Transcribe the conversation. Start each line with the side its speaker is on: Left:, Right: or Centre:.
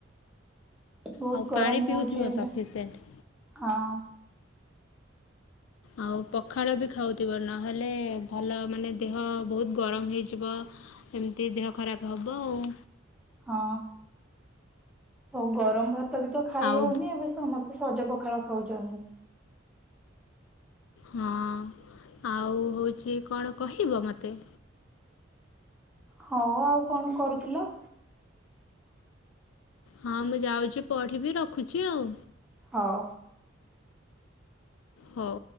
Centre: ବୋହୁତ
Left: ଆଉ
Centre: ଗରମ
Left: ପାଣି ପିଉଥିବ
Centre: ହଉଛି ଏବେ
Left: ସଫିସିଏଣ୍ଟ
Centre: ହଁ।
Left: ଆଉ ପଖାଳ ବି ଖାଉଥିବ। ନହେଲେ ଭଲ ମାନେ ଦେହ ବହୁତ ଗରମ ହେଇଯିବ ଏମିତି ଦେହ ଖରାପ ହେବ ଆଉ।
Centre: ହଁ, କୋଉ ଗରମ ଭାତ ଭାତ ବି ତ ଖାଇ
Left: ଆଉ ଆଉ
Centre: ହଉନି ଏବେ ସମସ୍ତେ ସଜ ପଖାଳ ଖାଉଛନ୍ତି।
Left: ହଁ ଆଉ ହଉଛି କଣ କହିବ ମତେ?
Centre: ହଉ ଆଉ କଣ କରୁଥିଲ?
Left: ହଁ ମୁଁ ଯାଉଛି ପଢିବି ରଖୁଛି ଆଉ।
Centre: ହଉ।
Left: ହଉ।